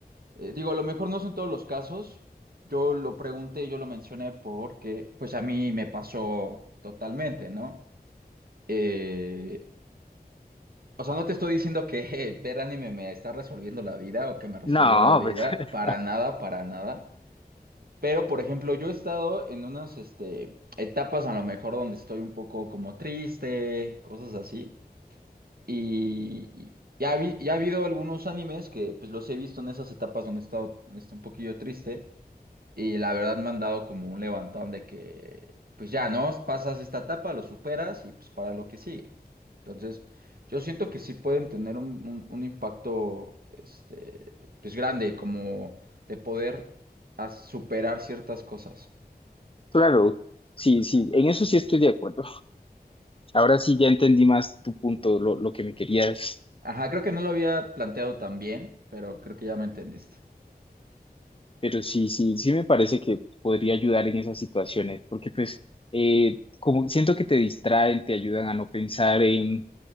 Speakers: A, on the right; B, on the left.
A: eh, digo, a lo mejor no son todos los casos. Yo lo pregunté, yo lo mencioné porque, pues a mí me pasó totalmente, ¿no? Eh, o sea, no te estoy diciendo que <laughs> ver anime me está resolviendo la vida o que me resolvió
B: No,
A: la vida.
B: pues <laughs>
A: Para nada, para nada. Pero, por ejemplo, yo he estado en unas, este, etapas a lo mejor donde estoy un poco como triste, cosas así. Y, y ya vi- ya ha habido algunos animes que pues los he visto en esas etapas donde he estado este, un poquillo triste. Y la verdad me han dado como un levantón de que, pues ya, ¿no? Pasas esta etapa, lo superas y pues para lo que sigue. Entonces, yo siento que sí pueden tener un, un- un impacto, este, pues grande, como de poder a- superar ciertas cosas.
B: claro, sí, sí, en eso sí estoy de acuerdo. Ahora sí ya entendí más tu punto, lo, lo que me querías.
A: Ajá, creo que no lo había planteado tan bien, pero creo que ya me entendiste.
B: Pero sí, sí, sí me parece que podría ayudar en esas situaciones, porque pues eh, como siento que te distraen, te ayudan a no pensar en,